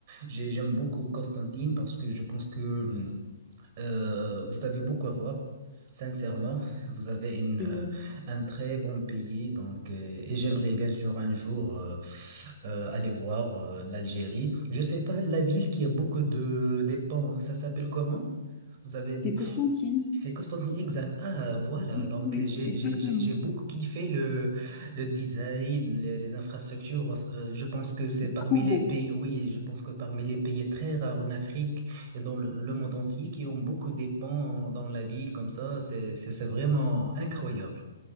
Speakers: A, on the right; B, on the left.
A: j'ai- j'aime beaucoup Constantine parce que je pense que mm, euh, vous avez beaucoup à voir. Sincèrement, <laughs> vous avez une,
B: oui,
A: euh,
B: c'est vrai.
A: un très bon pays, donc, euh, et j'aimerais bien sûr un jour euh, euh, aller voir euh, l'Algérie. Je sais pas, la ville qui a beaucoup de des ponts, ça s'appelle comment? Vous avez des
B: C'est Constantine.
A: c'est Constantine, exact. Ah, voilà.
B: Oui,
A: Donc,
B: oui,
A: j'ai,
B: exactement.
A: j'ai, j'ai j'ai beaucoup kiffé le, le design, les, les infrastructures. parce- euh, Je pense que c'est
B: C'est
A: parmi
B: trop
A: les
B: beau.
A: pays, oui, je pense que parmi les pays très rares en Afrique et dans le, le monde entier qui ont beaucoup de ponts dans la ville comme ça. C'est, c'est, c'est vraiment incroyable.